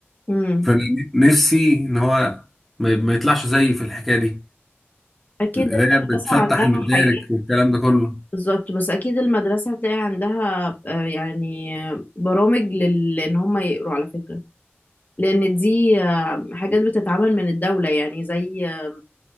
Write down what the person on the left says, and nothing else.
امم
أكيد
المدرسة
عندها
حاجات
بالظبط بس أكيد المدرسة هتلاقي عندها آه، يعني آه، برامج لل... إن هم يقروا على فكرة لأن دي آه، حاجات بتتعمل من الدولة يعني زي آه،